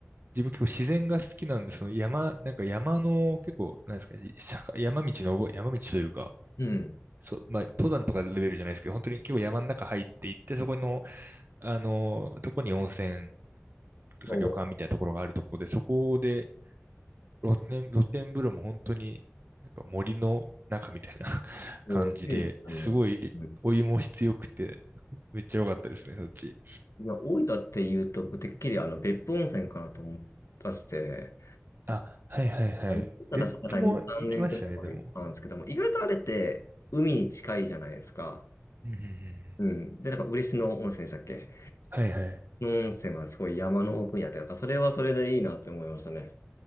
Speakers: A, on the right; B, on the left.
A: 自分結構自然が好きなんで、その山、なんか山の結構、なんですか、坂山道の、山道というか、
B: うん。
A: そう、まあ、登山とかレベルじゃないですけど、本当に結構山の中入っていって、そこの、あの、とこに温泉とか旅館みたいなところがあるところで、
B: そ
A: そこで露天、露天風呂も本当になんか森の中みたいな <laughs>
B: う。
A: 感じで、
B: もう、いいですねうん
A: すごいお湯も質よくて、めっちゃ良かったですね、そっち。
B: いや、大分って言うと、僕、てっきりあの、別府温泉かなと思ったして、
A: あ、はいはいはい。
B: あただその中に2、
A: 別府も行きましたね、
B: 3年くらい前にあるんですけども、
A: でも。
B: 意外とあれって海に近いじゃないですか。
A: うんうんうん。
B: うん。で、なんか嬉野温泉でしたっけ
A: はいはい。
B: の温泉はすごい山の奥にあって、なんかそれはそれでいいなって思いましたね。